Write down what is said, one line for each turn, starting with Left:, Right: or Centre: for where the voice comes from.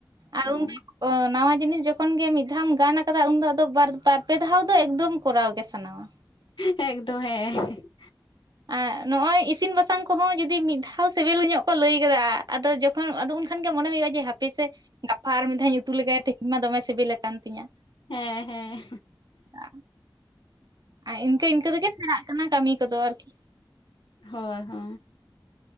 Right: ᱟᱨ
Left: ᱦᱮᱸ
Right: ᱚ ᱱᱟᱣᱟ ᱡᱤᱱᱤᱥ ᱡᱚᱠᱷᱚᱱ ᱜᱮ ᱢᱤᱫ ᱫᱷᱟᱣ ᱜᱟᱱ ᱟᱠᱟᱫᱟ ᱩᱱ ᱫᱚ ᱟᱫᱚ ᱵᱟᱨ ᱯᱮ ᱫᱷᱟᱣ ᱫᱚ ᱮᱠᱫᱚᱢ ᱠᱚᱨᱟᱣ ᱜᱮ ᱥᱟᱱᱟᱣᱟ᱾
Left: ᱦᱮᱸ ᱮᱠᱫᱚᱢ ᱦᱮᱸ ᱾
Right: ᱟᱨ ᱱᱚᱜ ᱚᱭ ᱤᱥᱤᱱ ᱵᱟᱥᱟᱝ ᱠᱚᱦᱚᱸ ᱡᱩᱫᱤ ᱢᱤᱫ ᱫᱷᱟᱣ ᱥᱤᱵᱤᱞ ᱧᱚᱜ ᱠᱚ ᱞᱟᱹᱭ ᱟᱠᱟᱫᱟ ᱟᱫᱚ ᱡᱚ ᱟᱫᱚ ᱩᱱᱠᱷᱟᱱ ᱜᱮ ᱢᱚᱱᱮ ᱦᱩᱭᱩᱜᱼᱟ ᱦᱟᱯᱮ ᱥᱮ ᱜᱟᱯᱟ ᱟᱨ ᱢᱤᱫ ᱫᱷᱟᱣ ᱤᱧ ᱩᱛᱩ ᱞᱮᱜᱟᱭᱟ ᱛᱮᱦᱮᱧ ᱢᱟ ᱫᱚᱢᱮ ᱥᱤᱵᱤᱞ ᱟᱠᱟᱱ ᱛᱤᱧᱟ᱾
Left: ᱦᱮᱸ ᱦᱮᱸ
Right: ᱦᱟ ᱟᱨ ᱤᱱᱠᱟᱹ ᱤᱱᱠᱟᱹ ᱛᱮᱜᱮ ᱥᱮᱬᱟᱜ ᱠᱟᱱᱟ ᱠᱟᱹᱢᱤ ᱠᱚᱫᱚ ᱟᱨᱠᱤ
Left: ᱦᱳᱭ ᱦᱳ